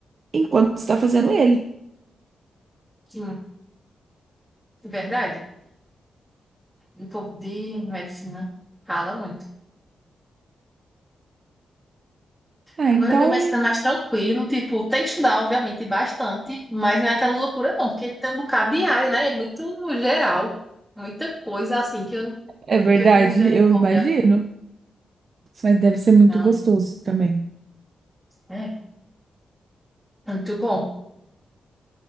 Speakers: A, on the right; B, in the centre.
A: enquanto você tá fazendo ele.
B: Sim, é verdade. O povo de medicina fala muito.
A: Ah,
B: Agora,
A: então
B: biomedicina é mais tranquilo, tipo, tem que estudar, obviamente, bastante, mas não é aquela loucura, não, porque tem um bocado de área, né? É muito geral, muita coisa assim que eu,
A: É verdade,
B: que eu fiquei misericórdia.
A: eu imagino. Mas deve ser muito
B: Não,
A: gostoso também.
B: é, muito bom,